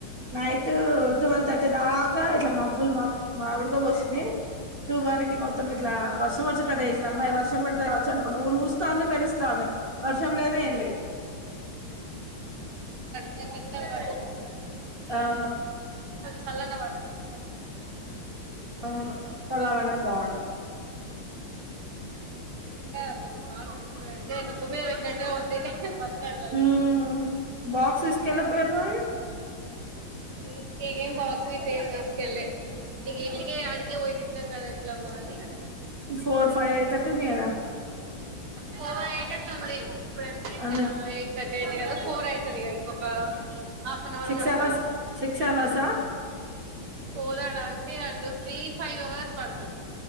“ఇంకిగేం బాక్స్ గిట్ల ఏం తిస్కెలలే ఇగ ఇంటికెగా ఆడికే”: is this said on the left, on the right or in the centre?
Right